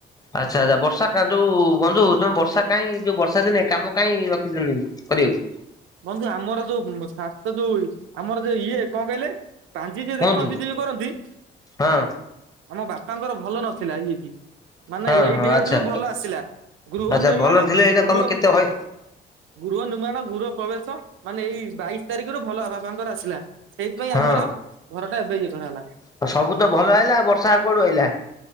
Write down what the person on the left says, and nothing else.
ଆଚ୍ଛା ଆଚ୍ଛା ବର୍ଷା କଁ ଯୋଉ ବନ୍ଧୁ ତମେ ବର୍ଷା କାହିଁ ଯୋଉ ବର୍ଷା ଦିନେ କାମ କାହିଁ ରଖିଛନ୍ତି? କରିବାକୁ।
କୁହନ୍ତୁ
ହଁ
ହଁ
ହଁ
ଆଚ୍ଛା
ଆଚ୍ଛା
ଭଲ ଥିଲେ ଏଇନା
ତମେ କେତେ ହଁ
ହଁ
ତ ସବୁତ ଭଲ ଆଇଲା। ବର୍ଷା ଆଉ କୋଆଡୁ ଆଇଲା।